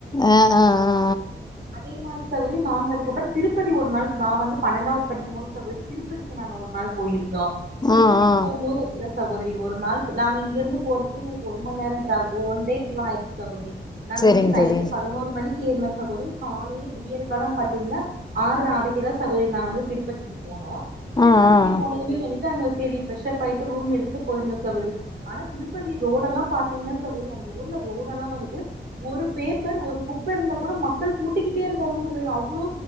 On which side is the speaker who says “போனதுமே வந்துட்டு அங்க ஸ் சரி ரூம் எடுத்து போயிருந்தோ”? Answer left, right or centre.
Right